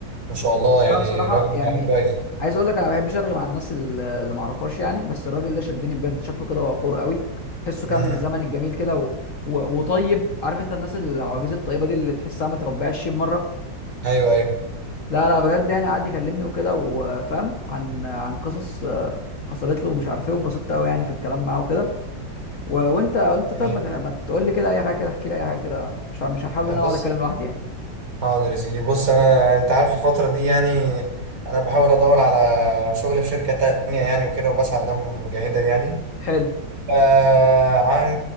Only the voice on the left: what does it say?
انا بصراحه
يعني
عايز اقول لك انا ما بحبش ارغي مع الناس ال- اللي ما اعرفهاش يعني بس الراجل ده شدني بجد شكله كده وقور قوي تحسه كده
من الزمن الجميل كده و... و... وطيب عارف انت الناس العواجيز الطيبه دي اللي تحسها متربيه 20 مره
لا لا بجد يعني قعد يكلمني وكده وفاهم عن عن قصص آه، حصلت له ومش عارف ايه واتبسطت قوي يعني في الكلام معاه وكده و... وانت وانت
طيب ما, ت... ما تقول لي كده اي حاجه كده احكي لي اي حاجه كده مش ه- مش هحاول
ان انا
اقعد اتكلم لوحدي يعني
حلو